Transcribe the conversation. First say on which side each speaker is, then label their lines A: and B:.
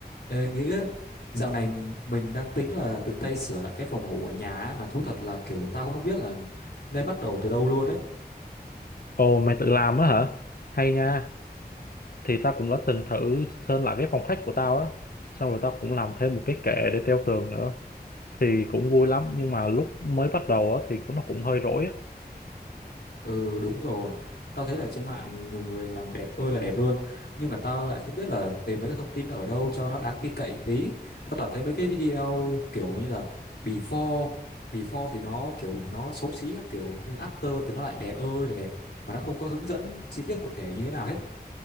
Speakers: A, on the left (about 80°); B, on the left (about 60°).
A: Ê, nghĩa dạo này m- mình đang tính là tự tay sửa lại cái phòng ngủ ở nhà ấy, mà thú thật là kiểu tao cũng không biết là nên bắt đầu từ đâu luôn ấy.
B: Ồ mày tự làm á hả? Hay nha. Thì tao cũng đã từng thử sơn lại cái phòng khách của tao á. Xong rồi tao cũng làm thêm một cái kệ để treo tường nữa. Thì cũng vui lắm nhưng mà lúc mới bắt đầu á thì cũng nó cũng hơi rối á.
A: Ừ đúng rồi, tao thấy là trên mạng nhiều người làm đẹp ơi là đẹp luôn, nhưng mà tao lại không biết là tìm mấy cái thông tin ở đâu cho nó đáng tin cậy một tí. Tao toàn thấy mấy cái video kiểu như là before, before thì nó kiểu nó xấu xí các kiểu, xong after thì nó lại đẹp ơi là đẹp mà nó không có hướng dẫn chi tiết cụ thể như thế nào hết.